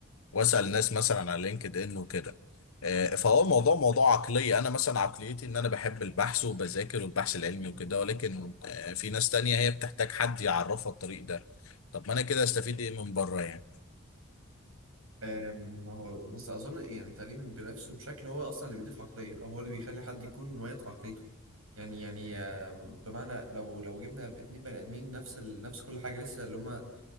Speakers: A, on the left; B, on the right.
A: واسال الناس مثلا على لينكد ان وكده آه، فهو الموضوع موضوع عقليه انا مثلا عقليتي ان انا بحب البحث وبذاكر والبحث العلمي وكده ولكن آه، في ناس تانية هي بتحتاج حد يعرفها الطريق ده طب ما انا كده استفيد ايه من بره يعني
B: آم، ما هو بس اظن يعني التعليم بنفسه بشكل هو اصلا اللي بيضيف عقليه او هو اللي بيخلي حد يكون مميز بعقليته يعني يعني آم، بمعنى لو لو جبنا اتنين بني ادمين نفس ال... نفس كل حاجه لسه اللي هم